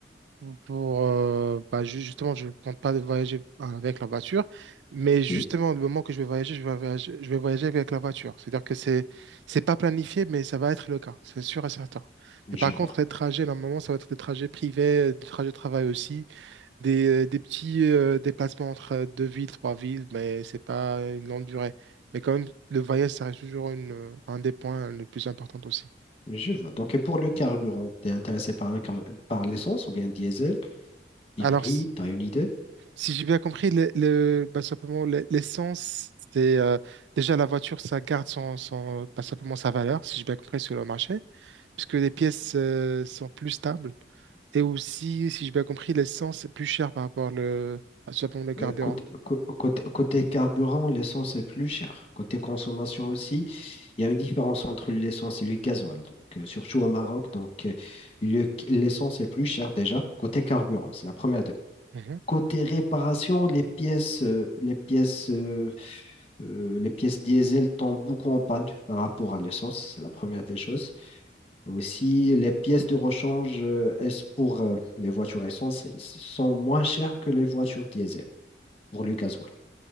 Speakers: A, on the right; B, on the left.
A: pour, pour, euh, bah, ju- justement, je compte pas voyager avec la voiture, mais justement,
B: Oui,
A: le moment que je vais voyager, je vais voyager, je vais voyager avec la voiture. C'est-à-dire que c'est, c'est pas planifié, mais ça va être le cas, c'est sûr et certain.
B: je
A: Mais par
B: vois.
A: contre, les trajets, normalement, ça va être des trajets privés, des trajets de travail aussi, des, des petits euh, déplacements entre deux villes, trois villes, mais c'est pas une longue durée. Mais quand même, le voyage, ça reste toujours une, un des points les plus importants aussi.
B: Je vois. Donc, et pour le carburant, tu es intéressé par, un car- par l'essence ou bien diesel, hybride,
A: Alors, si
B: tu as une idée?
A: si j'ai bien compris, le, le- bah, simplement, le- l'essence, c'est euh, déjà la voiture, ça garde son, son, bah, simplement sa valeur, si j'ai bien compris, sur le marché, puisque les pièces euh, sont plus stables. Et aussi, si j'ai bien compris, l'essence est plus chère par rapport le, à simplement le carburant.
B: Euh, côté, cô- côté- côté carburant, l'essence est plus chère. Côté consommation aussi, il y a une différence entre l'essence et le gasoil, donc, euh, surtout au Maroc. Donc, euh, le- l'essence est plus chère déjà. Côté carburant, c'est la première,
A: Mhm.
B: Côté réparation, les pièces, euh, les pièces, euh, euh, les pièces diesel tombent beaucoup en panne par rapport à l'essence. C'est la première des choses. Aussi, les pièces de rechange, euh, elles- pour euh, les voitures essence, elles sont moins chères que les voitures diesel pour le gasoil.